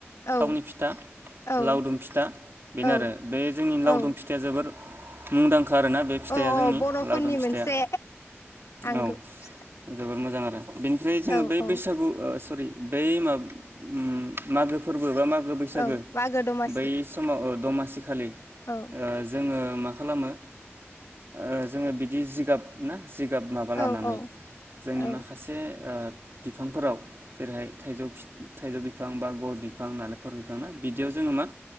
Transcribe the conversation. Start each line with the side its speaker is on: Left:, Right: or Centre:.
Left: औ
Right: थावनि फिथा
Left: औ
Right: लावदुम फिथा बेनो
Left: औ
Right: आरो बे जोंनि लावदुम
Left: औ
Right: फिथाइा जोबोर मुंदांखा आरोना बे फिथाइया
Left: औ
Right: जोंनि
Left: बर'फोरनि
Right: लावदुम फिथाइया
Left: मोनसे आंगो
Right: औ
Left: फिथा
Right: जोबोर मोजां आरो बेनिफ्राय जोङो
Left: औ
Right: बै
Left: औ
Right: बैसागु ओ सरि बै माबा उम मागो फोरबो बा मागो बैसागो
Left: औ मागो दमासि
Right: बै समाव ओ दमासि खालि
Left: औ
Right: ओ जोङो मा खालामो ओ जोङो बिदि जिगाब ना जिगाब माबा
Left: औ
Right: लानानै
Left: औ
Right: जोंनि
Left: औ
Right: माखासे ओ बिफांफोराव जेरैहाय थाइजौ थाइजौ बिफां बा गय बिफां नालेंखर बिफां ना बिदियाव जोङो मा